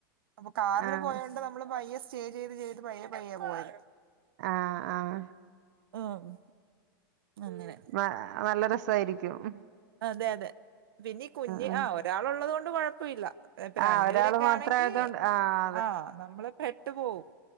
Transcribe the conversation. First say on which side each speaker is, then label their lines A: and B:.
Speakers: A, on the right; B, on the right.
A: അപ്പൊ കാറില്
B: ആഹ്
A: പോയോണ്ട് നമ്മള് പയ്യെ സ്റ്റേ ചെയ്ത് ചെയ്ത് പയ്യെ പയ്യെ പോയി
B: ആഹ് ആഹ്
A: ആഹ് അങ്ങനെ
B: ന നല്ല രസായിരിക്കും. മ്
A: അതെ അതെ പിന്നീ കുഞ്ഞ്
B: ഉം
A: ആഹ് ഒരാള് ഉള്ളത് കൊണ്ട് കൊഴപ്പമില്ല. ങേ ഇപ്പ
B: ആഹ്
A: രണ്ടു
B: ഒരാള്
A: പേരൊക്കെ
B: മാത്രായതോണ്ട്
A: ആണെങ്കി
B: ആഹ്
A: ആ നമ്മള് പെട്ടു പോവും